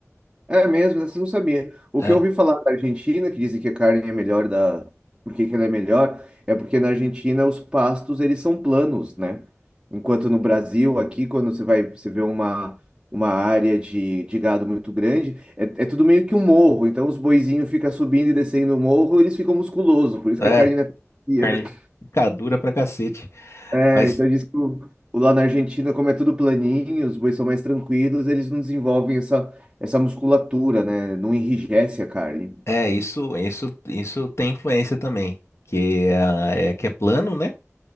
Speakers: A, on the right (about 15°); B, on the left (about 60°).
A: é mesmo, você não sabia. O
B: É,
A: que eu ouvi falar da Argentina, que dizem que a carne é melhor da, por que que ela é melhor, é porque na Argentina os pastos eles são planos, né? Enquanto no Brasil, aqui quando você vai, você vê uma uma área de, de gado muito grande, é, é tudo meio que um morro, então os boizinhos ficam subindo e descendo o morro, eles ficam musculosos, por isso
B: é,
A: que a carne não é tão macia.
B: carne fica dura pra cacete.
A: É,
B: Mas
A: então diz que o- o lá na Argentina, como é tudo planinho, os bois são mais tranquilos, eles não desenvolvem essa, essa musculatura, né? Não enrijece a carne.
B: é, isso, isso, isso tem influência também. Que é, é, que é plano, né?